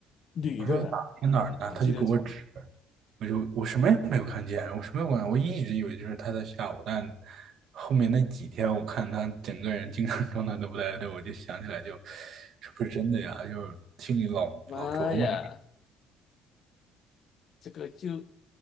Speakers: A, on the left; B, on the right.
A: 女的、
B: 我说。
A: 啊，
B: 在哪儿呢？
A: 我记得，
B: 他就给我指，我就我什么也没有看见，我什么也没有看见我一直以为就是他在吓我，但后面那几天我看他整个人精神状态都不太对，我就想起来就，是不是真的呀？就心里老老琢磨着。
A: 妈呀，这个就